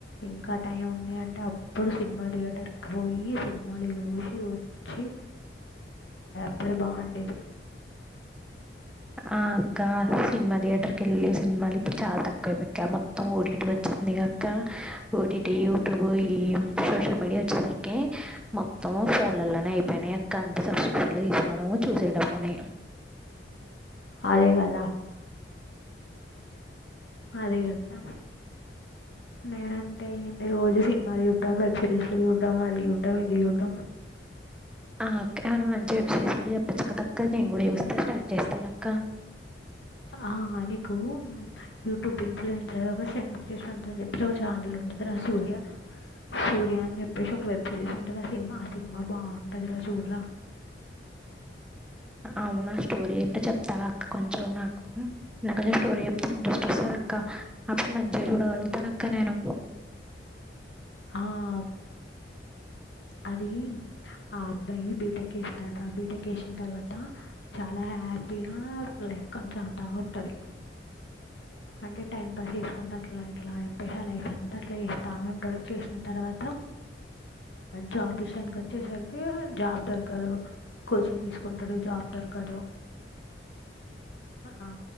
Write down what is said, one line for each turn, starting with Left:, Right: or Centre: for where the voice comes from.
Left: ఇంకా టైం ఉంది అంటే అప్పుడు సినిమా థియేటర్ కి పోయి సినిమాలు చూసి వచ్చి అప్పుడే బాగుండేది
Centre: ఆ అక్క సినిమా థియేటర్ కి వెళ్ళి సినిమాలు ఇప్పుడు చాలా తక్కువ అయిపోక్కా మొత్తం ఓటిటికి వచ్చేసింది అక్క ఓటిటి యూట్యూబ్ ఈ సోషల్ మీడియా వచ్చేసరికి మొత్తం ఫోన్లలోనే అయిపోయినాయి అక్క అంత సబ్స్క్రిప్షన్లు తీసుకోవడము చూసేయడముని
Left: అదే కదా అదే కదా రా నేన అంతే అయ్యింది రోజు సినిమాలు చూడం వెబ్ సిరీస్లు చూడడం అది చూడ్డం ఇది చూడ్డం
Centre: ఆ అక్క మంచి వెబ్సిరీస్ ఉంటే చెప్పచ్చు కదక్క నేను కూడా చూస్తే స్టార్ట్ చేస్తాను అక్క
Left: ఆ నీకు యూట్యూబ్ ఇంట్లో వె సర్వా సెండ్ <inaudible> బుక్ చేసినని చెప్పేసి ఒక ఛానల్ ఉంటుందిరా సూర్య సూర్య అని చెప్పేసి ఒక వెబ్ సిరీస్ ఉంటుంది ఆ సినిమా ఆ సినిమా బాగుంటుందిరా చూడరా
Centre: అవునా స్టోరీ అంటే చెప్తావా అక్క కొంచెం నాకు నాకు ఎవరన్నాకొంచెం స్టోరీ చెప్తే ఇంట్రెస్ట్ వస్తంది అక్క అప్పుడు మంచిగా చూడగలుగుతాను అక్క నేను
Left: ఆ ఆబ్ అది ఆ అబ్బాయి బీటెక్ చెస్తాడు బీటెక్ చేసిన తర్వాత చాలా హ్యాపీగా లైఫ్ కొనసాగుతూ ఉంటుంది అంటే టైం పాస్ చేసుకుంటా అట్లా ఇట్లా చెప్పేసి ఆ లైఫ్ అంతా అట్లా చేస్తూ ఉంటాడు చేసిన తర్వాత జాబ్ విషయానికి వచ్చేసరికి జాబ్ దొరకదు కోచింగ్ తీసుకుంటాడు జాబ్ దొరకదు ఆ